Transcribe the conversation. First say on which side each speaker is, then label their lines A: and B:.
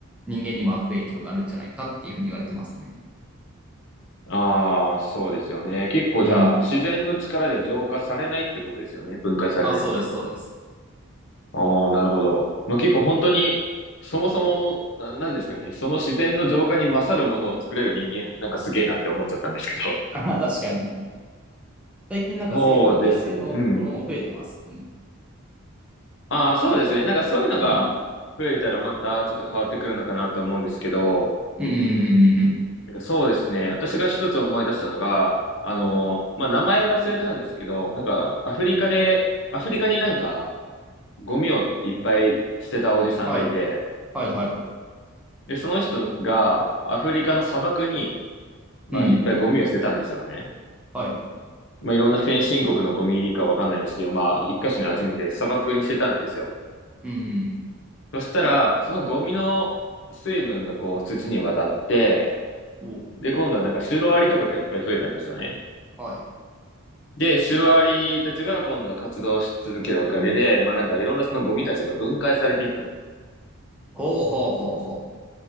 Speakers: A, in the centre; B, on the left.
A: 人間にも悪影響があるんじゃないかっていうふうに言われてますね。
B: ああ、そうですよね。結構じゃあ、
A: うん。
B: 自然の力で浄化されないってことですよね。分解されないとなると。
A: あ、そうです、そうです。
B: ああ、なるほど。まあ結構本当に、そもそも、な、なんですかね。その自然の浄化に勝るものを作れる人間、なんかすげえなって思っちゃったんですけど。
A: あ確かに。最近なんか生分解性のものも増えてますもんね。
B: <laughs> そうですね。うん。ああ、そうですね。なんかそういうのが増えたらまたちょっと変わってくるのかなと思うんですけど、
A: うん。うん、うん、うん、うん。
B: なんかそうですね。私が一つ思い出したのが、あの、まあ、名前忘れたんですけど、なんか、アフリカで、アフリカになんか、ゴミをいっぱい捨てたおじさんがいて、
A: はい、はい、はい。
B: で、その人が、アフリカの砂漠に、まあ、
A: うん、
B: いっぱいゴミを捨てたんですよね。
A: はい。
B: まあ、いろんな先進国のゴミかわかんないですけど、まあ、一箇所に集めて砂漠に捨てたんですよ。
A: うん。
B: そしたら、そのゴミの水分がこう、土に渡って、
A: お、
B: で、今度はなんか、シロアリとかがいっぱい増えたんですよね。
A: はい。
B: で、シロアリたちが今度は活動し続けるおかげで、まあなんかいろんなそのゴミたちが分解されていったと。
A: ほうほうほうほ